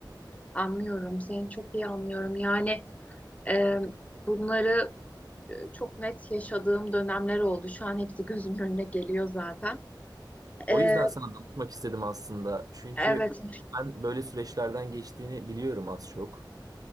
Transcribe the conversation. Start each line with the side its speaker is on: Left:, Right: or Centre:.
Left: Anlıyorum, seni çok iyi anlıyorum. Yani e, bunları e, çok net yaşadığım dönemler oldu. Şu an hepsi gözümün önüne geliyor zaten.
Right: O
Left: E,
Right: yüzden sana danışmak istedim aslında. Çünkü
Left: evet,
Right: ben böyle süreçlerden geçtiğini biliyorum az çok.